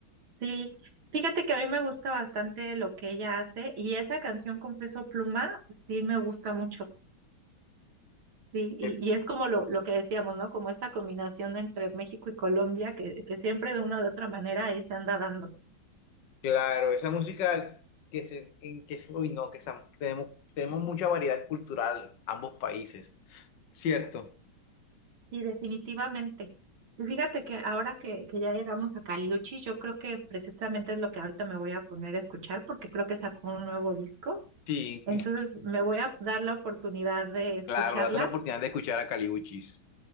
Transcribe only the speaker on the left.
Eh,
Claro, esa música que se, en que, uy, no, que esa- tenemos, tenemos mucha variedad cultural, ambos países. Cierto.
Sí,
claro, date la oportunidad de escuchar a Calibuchis.